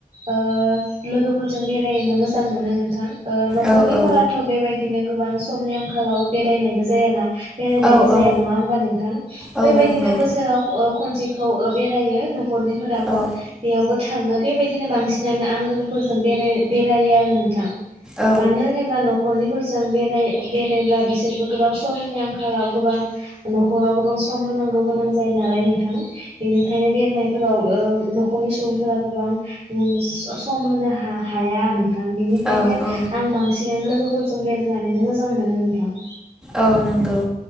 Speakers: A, on the right; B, in the centre.
A: ओ लोगोफोरजों बेरायनो मोजां मोनो नोंथां ओ न'खरनिफोराथ'
B: औ औ
A: बेबायदिनो गोबां समनि आंखालाव बेरायनायबो जायाना बेरायनायबो
B: औ
A: जाया
B: औ
A: नङा होमबा नोंथां
B: औ
A: बेबायदिनो
B: नंगौ
A: बोसोराव ओ खनसेखौ ओ बेरायो नख'रनि फोराबो
B: औ
A: बेयावबो थाङो बेबायदिनो बांसिनानो आं लोगोफोरजों बेराय बेरायो आरो नोंथां
B: औ
A: मानो होनोब्ला न'खरनिफोरजों बे राय बेरायब्ला बिसोरबो गोबाव समनि आंखालाव गोबां न'खराव गोबां सम होनांगौ गोनां जायो नालाय नोंथां बेनिखायनो बेरनायफोराव बो न'खरनि सुबुंफोरा गोबां ओम स सम होनो हा हाया नों थां बिनिखायनो
B: औ औ
A: आं बांसिनानो लोगोफोरजों बेरायनानैनो मोजां मोनो नोंथां
B: औ नंगौ